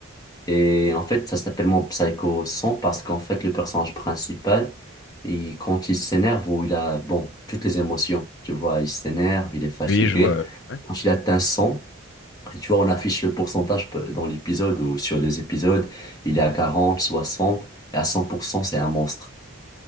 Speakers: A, on the left; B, on the left.
A: Et en fait, ça s'appelle Mob Psycho 100 parce qu'en fait, le personnage principal, il, quand il s'énerve ou il a, bon, toutes les émotions, tu vois, il s'énerve, il est fatigué.
B: Oui, je vois. ouais,
A: Quand il atteint 100, et tu vois, on affiche le pourcentage pe- dans l'épisode ou sur les épisodes, il est à 40, 60, et à 100%, c'est un monstre.